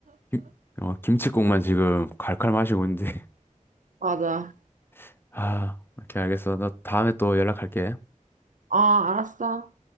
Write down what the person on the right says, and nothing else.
맞아.
아, 알았어.